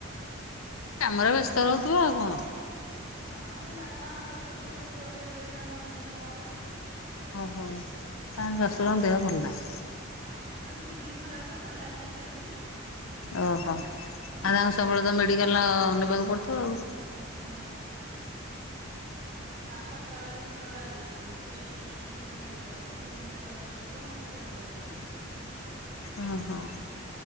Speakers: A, on the left; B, on the right.
A: କାମରେ ବ୍ୟସ୍ତ ରହୁଥିବ ଆଉ କଣ?
B: ହଁ ଏ ବାପାଙ୍କ ପଛରେ ତ ସବୁ ଗୋଡେଇ ଗୋଡେଇ ତାଙ୍କର ଦିନ ଗଲା।
A: ଓହୋ ତାଙ୍କ ଶଶୁରଙ୍କ ଦେହ ଭଲ ନାହିଁ।
B: ହଁ ତାଙ୍କ କିଡ଼ନୀ ଖରାପ ତ ଡାଇଲିସ୍ ଚାଲିଛି।
A: ଓହୋ, ଆଉ
B: ହୁଁ
A: ତାଙ୍କୁ ସବୁବେଳେ ତ ମେଡିକାଲ ନେବାକୁ ପଡୁଥିବ ଆଉ।
B: ହଁ ତା ସପ୍ତାହରେ ଦିଥର ଡାଇଲିସ। ସେ ଯିବେ ମେଡ଼ିକାଲ, ଭୁବନେଶ୍ୱର ଯିବେ ନହଲେ କେଉଁଝର ଯିବେ।
A: ଓ ହୋ।